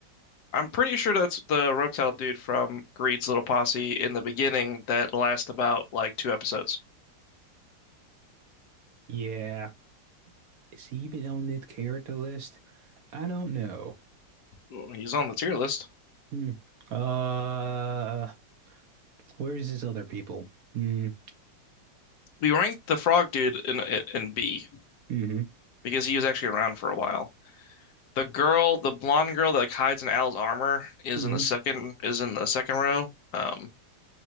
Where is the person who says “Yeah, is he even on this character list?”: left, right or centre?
Right